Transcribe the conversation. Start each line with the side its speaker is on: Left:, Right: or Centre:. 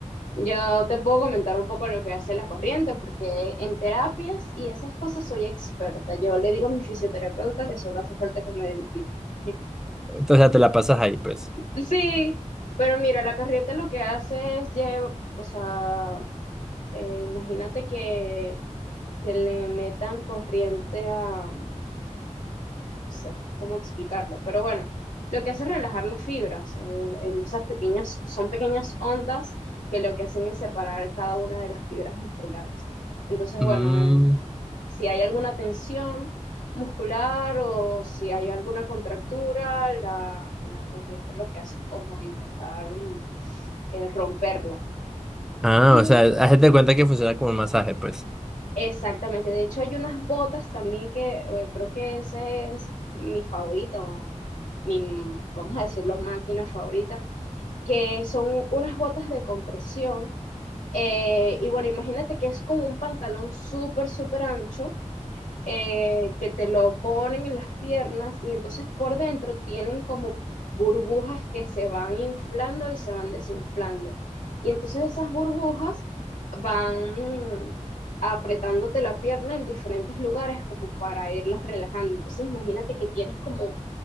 Left: yo te puedo comentar un poco lo que hace la corriente, porque en terapias y esas cosas soy experta. Yo le digo a mi fisioterapeuta que solo hace falta que me dé el título. <laughs>
Centre: Entonces te la pasas ahí pues.
Left: Sí, pero mira, la corriente lo que hace es llevar, o sea, eh, imagínate que, que le metan corriente a, no sé cómo explicarlo, pero bueno, lo que hace es relajar las fibras, eh, en esas pequeñas, son pequeñas ondas que lo que hacen es separar cada una de las fibras musculares. Entonces,
Centre: Mm.
Left: bueno, el- si hay alguna tensión muscular o si hay alguna contractura, la, la corriente lo que hace es como intentar mm, eh, romperla.
Centre: Ah,
Left: Y
Centre: o sea, hazte cuenta que funciona como un masaje pues.
Left: Exactamente, de hecho hay unas botas también que eh, creo que ese es mi favorito, mi, vamos a decirlo, máquina favorita, que son unas botas de compresión. eh, y bueno, imagínate que es como un pantalón súper, súper ancho eh, que te lo ponen en las piernas y entonces por dentro tienen como burbujas que se van inflando y se van desinflando. Y entonces esas burbujas van apretándote la pierna en diferentes lugares como para irlas relajando. Entonces imagínate que tienes como